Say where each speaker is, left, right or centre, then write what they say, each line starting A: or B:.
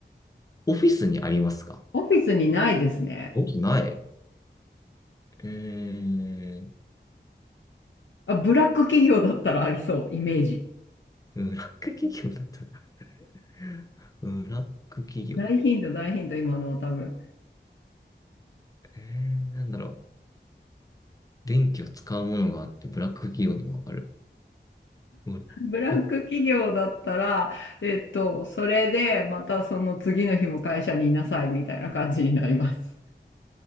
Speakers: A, on the left; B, on the left.
A: オフィスにありますか
B: オフィスにないですね。
A: おない。えー、
B: あ、ブラック企業だったらありそう、イメージ。
A: ブラック企業だったら <laughs> ブラック企業だっ
B: 大ヒント、大ヒント、今のは多分。
A: た。えー、なんだろう。電気を使うものがあって、ブラック企業にもある。うんえ、
B: ブラック企業だったら、えっと、それで、またその次の日も会社にいなさいみたいな感じになります。